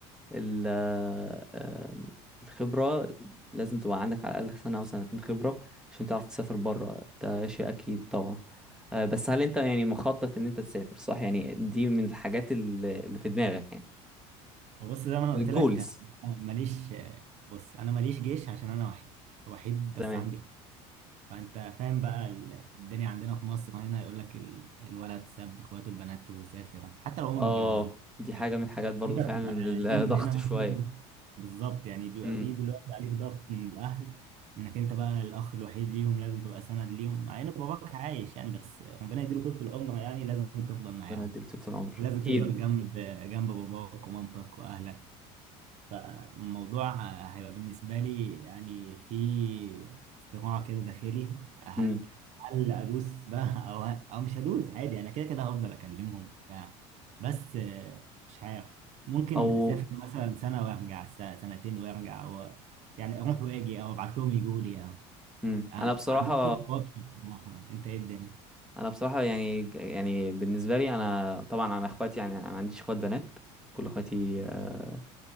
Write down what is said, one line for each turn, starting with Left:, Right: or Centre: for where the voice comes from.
Centre: ال- آه، آم، الخبرة لازم تبقى عندك على الأقل سنة أو سنتين خبرة عشان تعرف تسافر بره ده شيء أكيد طبعا آه، بس هل أنت يعني مخطط إن أنت تسافر صح يعني دي من الحاجات اللي اللي في دماغك يعني
Right: وبص زي ما انا
Centre: الجولز
Right: قلت لك أنا ماليش آه، بص انا ماليش جيش عشان انا وحيد وحيد
Centre: تمام
Right: بس عندي فانت فاهم بقى ال- الدنيا عندنا في مصر هنا يقول لك ال- الولد ساب اخواته البنات وسافر حتى لو هم
Centre: اه
Right: متجوزين
Centre: دي
Right: يعني
Centre: حاجة من الحاجات برضو
Right: انت
Centre: فعلا
Right: بتبقى
Centre: اللي
Right: ليهم
Centre: ضغط
Right: هنا مثلا
Centre: شوية
Right: بالظبط يعني بيبقى
Centre: امم
Right: فيه دلوقتي عليك ضغط من الاهل انك انت بقى الاخ الوحيد ليهم لازم تبقى سند ليهم مع ان باباك عايش يعني بس ربنا يديله طول العمر يعني لازم تفضل معاهم
Centre: ربنا يديله طول العمر
Right: ولازم
Centre: أكيد
Right: تفضل جنب جنب باباك ومامتك واهلك فالموضوع هيبقى بالنسبة لي يعني في صراع كده داخلي هل
Centre: امم
Right: هل أدوس بقى <laughs> أو أو مش هدوس عادي أنا كده كده هفضل أكلمهم وبتاع بس آه، مش عارف ممكن
Centre: أو
Right: أسافر مثلا سنة وأرجع س- سنتين وأرجع أو يعني أروح وأجي أو أبعت لهم يجوا لي أو
Centre: امم
Right: آه،
Centre: أنا بصراحة
Right: ما عنديش خطة واضحة بصراحة أنت إيه الدنيا؟
Centre: انا بصراحه يعني يعني بالنسبه لي انا طبعا انا اخواتي يعني انا ما عنديش اخوات بنات كل اخواتي آه،